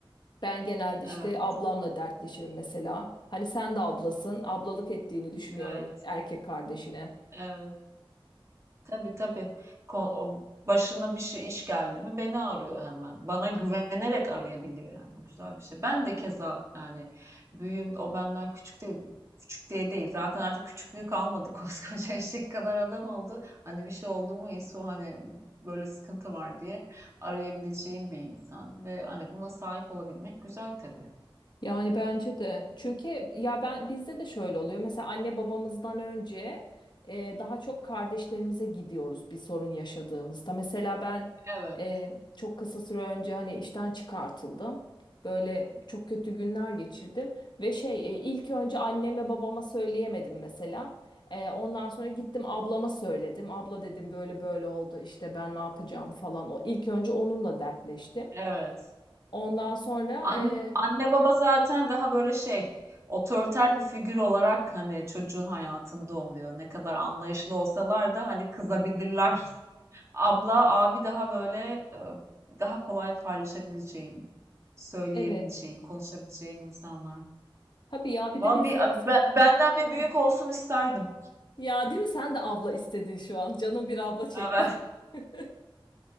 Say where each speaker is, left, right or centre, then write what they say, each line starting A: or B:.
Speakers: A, on the left (about 55°); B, on the right (about 30°).
A: Ben genelde işte
B: Evet.
A: ablamla dertleşirim mesela. Hani sen de ablasın. Ablalık ettiğini düşünüyorum
B: Evet.
A: erkek kardeşine.
B: Evet. Tabii tabii. Ko- o Başına bir şey iş geldi mi beni arıyor hemen. Bana güvenerek arayabiliyor yani. Bu güzel bir şey. Ben de keza yani büyüğüm o benden küçük değil. Küçük diye değil. Zaten artık küçüklüğü kalmadı. <laughs> Koskoca eşek kadar adam oldu. Hani bir şey oldu mu İso hani böyle sıkıntı var diye arayabileceğim bir insan. Ve hani buna sahip olabilmek güzel tabii.
A: Yani bence de. Çünkü ya ben bizde de şöyle oluyor. Mesela anne babamızdan önce e, daha çok kardeşlerimize gidiyoruz bir sorun yaşadığımızda. Mesela ben
B: Evet,
A: e, çok kısa süre önce hani işten çıkartıldım. Böyle çok kötü günler geçirdim ve şey e, ilk önce anneme babama söyleyemedim mesela. E, ondan sonra gittim ablama söyledim. Abla dedim böyle böyle oldu işte ben ne yapacağım falan. O ilk önce onunla dertleştim.
B: evet.
A: Ondan sonra
B: Anne,
A: e,
B: anne baba zaten daha böyle şey otoriter bir figür olarak hani çocuğun hayatında oluyor. Ne kadar anlayışlı olsalar da hani kızabilirler. Abla, abi daha böyle e, daha kolay paylaşabileceğin, söyleyebileceğin,
A: evet.
B: konuşabileceğin insanlar.
A: Tabii ya bir
B: Vallahi
A: de bizde
B: bir,
A: mesela.
B: a- benden bir büyük
A: Hı.
B: olsun isterdim.
A: Ya değil mi sen de abla istedin şu an. Canım bir abla çekti.
B: Evet.
A: <laughs>